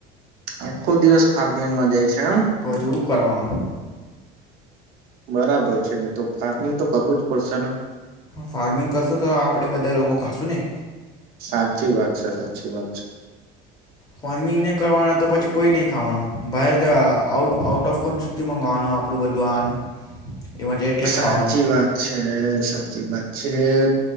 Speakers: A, on the right (about 55°); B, on the left (about 20°).
A: આખો દિવસ ફાર્મિંગમાં જાય છે એમ
B: તો હજુ એવું કરવાનું
A: બરાબર છે ને તો ફાર્મિંગ તો કરવું જ પડશે ને
B: ફાર્મિંગ કરશો તો આપડે બધા લોકો ખાશું ને
A: સાચી વાત છે સાચી વાત છે
B: ફર્મીને કરવાના તો પછી કોઈ નહી ખાવાનું ભ આઉટ આઉટ ઓફ કોન્ટ્રીથી મંગાવવાનું આપણું બધું આનું એમાં એટલે
A: સાચી
B: ખાવાનું
A: વાત છે સાચી વાત છે